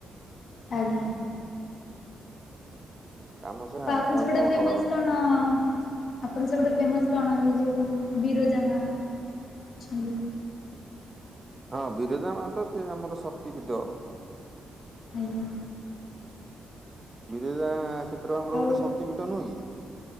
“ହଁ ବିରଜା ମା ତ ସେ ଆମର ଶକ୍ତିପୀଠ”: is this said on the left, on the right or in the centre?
Right